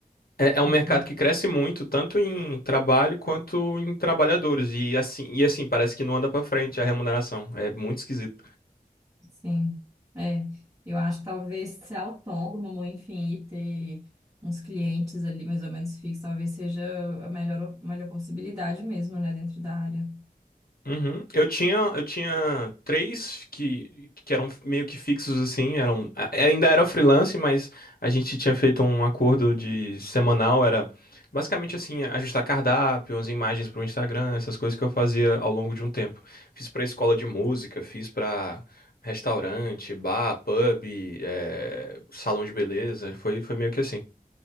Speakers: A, on the left; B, on the right.
A: É, é
B: acaba-
A: um mercado que cresce muito, tanto em trabalho quanto em trabalhadores, e assim, e assim parece que não anda para frente a remuneração. É muito esquisito.
B: sim. É, eu acho que talvez ser autônomo, enfim, e ter uns clientes ali mais ou menos fixos, talvez seja a melhor, a melhor possibilidade mesmo, né, dentro da área.
A: Uhum. Eu tinha, eu tinha três que, que eram meio que fixos assim, eram a- ainda era freelance, mas a gente tinha feito um acordo de semanal, era basicamente assim, ajustar cardápio, as imagens para o Instagram, essas coisas que eu fazia ao longo de um tempo. Fiz para escola de música, fiz para restaurante, bar, pub, eh, salão de beleza, foi, foi meio que assim.